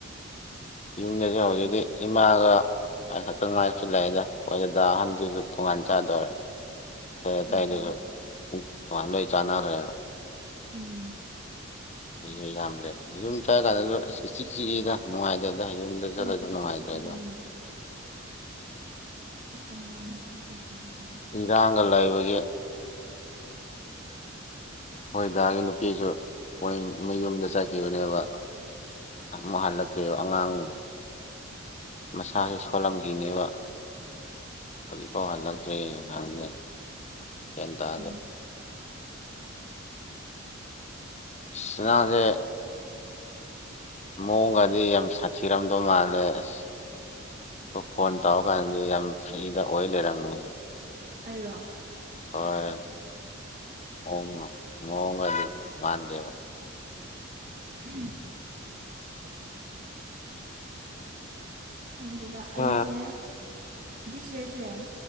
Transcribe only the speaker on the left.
ꯌꯨꯝꯗꯁꯨ ꯍꯧꯖꯤꯛꯇꯤ
ꯏꯃꯥꯒ ꯑꯩ ꯈꯛꯇꯪ ꯉꯥꯏꯁꯨ ꯂꯩꯗꯣꯏ ꯑꯗꯨꯗ ꯑꯍꯟꯗꯨꯁꯨ ꯇꯣꯉꯥꯟ ꯆꯥꯗꯔꯦ ꯑꯥꯏ ꯑꯇꯥꯏꯗꯨꯁꯨ
ꯇꯣꯉꯥꯟ ꯂꯣꯏ ꯆꯥꯟꯅꯈ꯭ꯔꯦ
ꯑꯩ ꯌꯥꯝꯗꯦ ꯌꯨꯝ ꯆꯥꯀꯥꯟꯗ ꯑꯁ ꯆꯤꯛ ꯆꯤꯛꯏꯗ ꯅꯨꯡꯉꯥꯏ ꯑꯗ ꯌꯨꯝꯗ ꯆꯠꯂ
ꯑꯗꯨ ꯅꯨꯡꯉꯥꯏꯇ꯭ꯔꯦꯗ
ꯏꯔꯥꯡꯒ ꯂꯩꯕꯒꯤ ꯍꯣꯏ ꯒꯤ ꯅꯨꯄꯤꯁꯨ ꯄꯣꯏꯟ ꯃꯌꯨꯝꯗ ꯆꯠꯈꯤꯕꯅꯦꯕ ꯑꯃꯨꯛ ꯍꯜꯂꯛꯇꯣꯏꯕ ꯑꯉꯥꯡ ꯃꯁꯥꯁꯦ ꯁꯣꯜꯂꯝꯈꯤꯅꯦꯕ ꯍꯧꯖꯤꯐꯥꯎ ꯍꯜꯂꯛꯇ꯭ꯔꯦ ꯍꯥꯟ ꯍꯦꯟ ꯇꯥꯍꯜꯂꯦ
ꯁꯤꯅꯥꯁꯦ ꯃꯑꯣꯒꯗꯤ ꯌꯥꯝ ꯁꯥꯊꯤꯔꯝꯗꯧ ꯃꯥꯜꯂꯦ ꯑꯁ ꯐꯣꯟ ꯇꯧꯀꯥꯟꯗ ꯌꯥꯝ ꯐ꯭ꯔꯤꯗ ꯑꯣꯏ ꯂꯩꯔꯝꯃꯦ
ꯍꯣꯏ ꯃꯒ ꯑꯗꯨ ꯗꯦꯕ
ꯑ